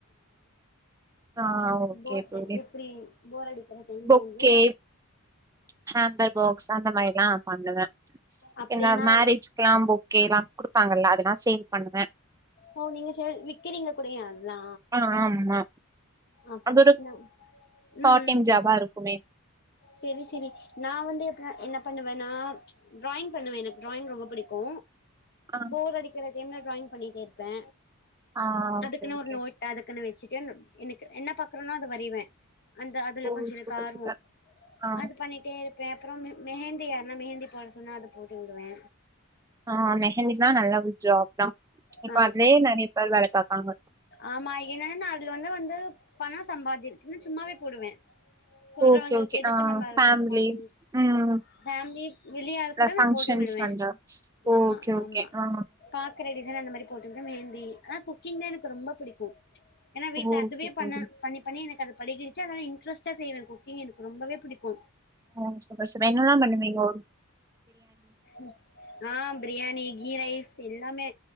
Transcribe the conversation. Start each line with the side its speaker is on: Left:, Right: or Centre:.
Right: ஆ ஓகே
Left: போ
Right: தோழி
Left: எப்படி போரடி க்கற டைம்ல
Right: பொக்கே
Left: வந்து
Right: ஹேம்பர் பாக்ஸ் அந்த மாரிலா பண்ணுவ
Left: அப்டியனா
Right: இந்த மேரேஜ்க்கலாம் பொக் கேலா குடுப்பாங்கல்ல அதெல்லா சேல் பண்ணுவ
Left: ஓ நீங்க சேல் விக்கிறீங்க கூடயு அத்தா
Right: ஆ ஆமா
Left: அப்ப
Right: அது ஒரு
Left: ம்
Right: பார்ட்
Left: ம்
Right: டைம் ஜாபா இருக்குமே
Left: செரி செரி நா நா வந்து இப்ப என்ன பண்ணுவேன்னா ட்ராயிங் பண்ணுவே எனக்கு ட்ராயிங் ரொம்ப பிடிக்கு
Right: ஆ
Left: போர் அடிக்குற தேன்னா ட்ராயிங் பண்ணிகிற ப்பே
Right: ஆ
Left: அதுக்குன்னு
Right: ஓகே ஓகே
Left: ஒரு நோட்டு் அதுக்குன்னு வெ ச்சுட்டு எனக்கு என்ன பாக்குறனோ அது வரைவே அந்த அதுல
Right: ஓ
Left: கொஞ்சோ எனக்
Right: சூப்பர்
Left: ஆர்வோ
Right: சூப்பர் ஆ
Left: அது பண்ணிட்டே இருப்பே அப்றமே மெஹந்தி யார்ன்னா மெஹந்தி போட சொன்னா அது போட்டு உடுவே
Right: ஆ மெஹந்தினா நல்ல ஒ ஜாப் தா இப்ப
Left: ஆ
Right: அதுலயே நெறைய பேர் வேல பாக்கறாங்க
Left: ஆமா ஏனா நா அதுல வந்து வந்து பணம் சம்பாதி இல்ல சும்மாவே போடுவ சொல்றவங்களுக்கு
Right: ஓகே ஓகே
Left: எதுக்கு
Right: ஆ
Left: நம்ப
Right: ஃபேமிலி
Left: இது வாங்கணு
Right: ம்
Left: ஃபேம்லி வெளியாளுக்கூட நா
Right: ஃபங்க்ஷன்ஸ்
Left: போட்டு விடுவே
Right: வந்தா ஓகே
Left: ஆம்மா
Right: ஓகே
Left: ஆம்மா
Right: ஆ
Left: பாக்கற டிசைன் அந்த மாரி போட்டு விடுவே மெஹந்தி அ குக்கிங்னா எனக் ரொம்ப பிடிக்கு ஏனா வீட்ல
Right: ஓகே
Left: அதுவே பண்ண
Right: தோழி
Left: பண்ணி பண்ணி எனக்கு அது பழகிடு ச்சு அதா இன்ட்ரெஸ்டா செய்வே குக்கிங் எனக்கு ரொம்பவே புடிக்கு
Right: ஓ <unintelligible> என்னலா பண்ணுவீங்கோ
Left: ம் ஆ பிரியாணி கீ ரைஸ் எல்லாமே